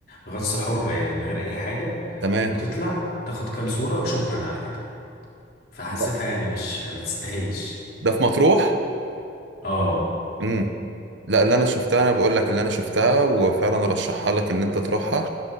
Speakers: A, on the left (about 55°); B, on the right (about 65°).
A: غطس حر يعني من غير اي حاجة
B: تمام
A: وتطلع تاخد كام صورة وشكرا على كده فحسيتها
B: لا.
A: يعني مش ما تستاهلش
B: ده في مطروح
A: اه
B: امم لا اللي انا شفتها انا بقول لك اللي انا شفتها وفعلا ارشحها لك ان انت تروحها